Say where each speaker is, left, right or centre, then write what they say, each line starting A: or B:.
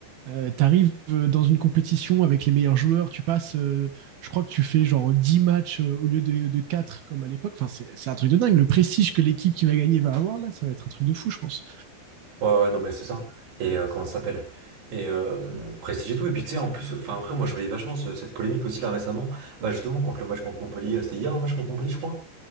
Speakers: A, on the right; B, on the right.
A: Euh, tu arrives dans une compétition avec les meilleurs joueurs. Tu passes, euh, je crois que tu fais genre 10 matchs euh, au lieu de, de 4 comme à l'époque. Enfin, c'est c'est un truc de dingue. Le prestige que l'équipe qui va gagner va avoir là, ça va être un truc de fou, je pense.
B: Ouais, ouais, non, mais c'est ça. Et euh, comment ça s'appelle? Et euh, prestige et tout. Et puis, tu sais, en plus, enfin, après, moi, je voyais vachement ce- cette polémique aussi, là, récemment. Bah, justement, contre le match contre Montpellier. C'était hier le match contre Montpellier, je crois.